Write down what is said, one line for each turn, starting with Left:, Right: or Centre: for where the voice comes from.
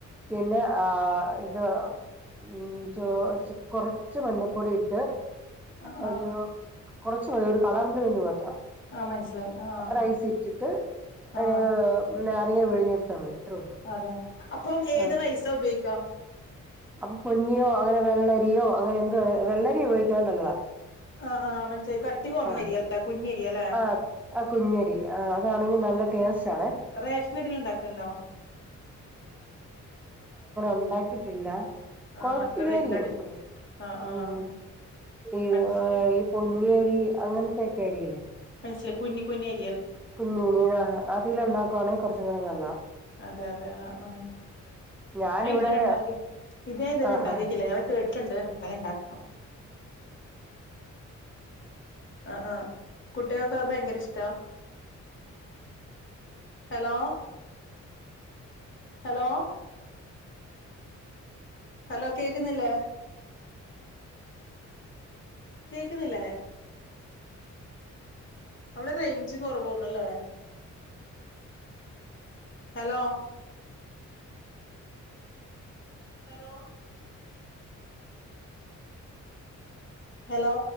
Centre: പിന്നെ ആ ഇത് ഉ ചോ കൊറച്ച് മഞ്ഞപ്പൊടി ഇട്ട്
Left: ആഹ്
Centre: അോ
Left: ആഹ്
Centre: കുറച്ച മതി ഒരു കളറിന് വേണ്ടി മാ
Left: ആ മനസ്സിലായി ആഹ്
Centre: റൈസ് ഇട്ടിട്ട് അ
Left: ആഹ്
Centre: നാരങ്ങ വിഴിഞ്ഞെടുത്താൽ മതി ഇത്രേ ഉള്ളൂ
Left: അതെ അപ്പം ഏത്
Centre: ആ
Left: റൈസ ഉപയോഗിക്കാ
Centre: അപ്പൊ പൊന്നിയോ അങ്ങനെ വെള്ളരിയോ അങ്ങനെ എന്ത് വെള്ളരിയോ ഉപയോഗിക്കാൻ നല്ലതാ
Left: ആഹ ആഹ് മന കട്ടി കൊറഞ്ഞരിയല്ലേ
Centre: ആ
Left: കുഞ്ഞരിയല്ലേ
Centre: ആഹ് ആ കുഞ്ഞരി ആ അതാണെങ്കിൽ നല്ല ടേസ്റ്റ് അ
Left: റേഷനരിയിൽ ഉണ്ടാക്കലുണ്ടോ
Centre: ഉണ്ടാക്കിട്ടില്ല
Left: ആഹ്
Centre: കൊഴപ്പില്ലായിരിക്കും
Left: അത്ര വല്ല്യടി ആഹ് ആഹ്
Centre: ഹ് ഈ
Left: മനസ്സിലായി
Centre: ഈ പൊന്നേരി അങ്ങനത്തെൊക്കെ അരില്ലേ
Left: മനസില കുനി കുഞ്ഞി അരി
Centre: കുഞ്ഞുിന അതില ഉണ്ടാക്കുവാണെങ്കിൽ കുറച്ചും കൂടെ നല്ല
Left: അതെ അതെ ആ ആ
Centre: ഞാനിവിടെ
Left: ആ ഇതുവരെണ്ടാകി ഇത് ഇതുവരെണ്ടാക്കി
Centre: ആഹ്
Left: കേട്ട ണ്ട് അങ്ങനെ ഇണ്ടാക്കാം ആ ആകുട്ടികൾക്കെ ഭയങ്കര ഇഷ്ടാ ഹലോ ഹലോ ഹലോ കേക്കുന്നില്ലേ കേക്കുന്നില്ലേ അവിടെ റേഞ്ച് കൊറവ്ന്നല്ലേ ഹലോ ഹലോ ഹലോ